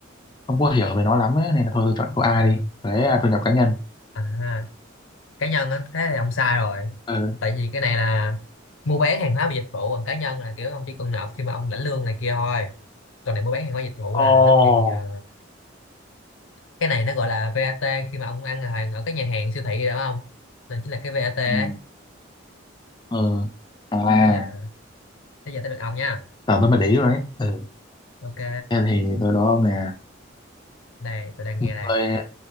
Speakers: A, on the left; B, on the left.
A: không có hiểu về nó lắm ấy, nên là thôi tôi chọn câu A
B: à,
A: đi. Thuế à, thu nhập cá nhân.
B: à cá nhân á thế thì ông sai rồi
A: Ừ.
B: tại vì cái này là mua bán hàng hóa và dịch vụ còn cá nhân là kiểu ông chỉ cần nộp khi mà ông lãnh lương này kia thôi còn này mua bán hàng hóa dịch vụ
A: Ồ.
B: là nó kiện ờ, cái này nó gọi là VAT khi mà ông ăn hàng ở các nhà hàng siêu thị rồi đúng không này chính là cái VAT ấy
A: Ừ. ừ à
B: bây giờ bây giờ tới được ông nha
A: tao tao mới để ý rồi đấy ừ
B: ok
A: thế thì tôi đó nè
B: đây tôi đang nghe
A: người
B: đây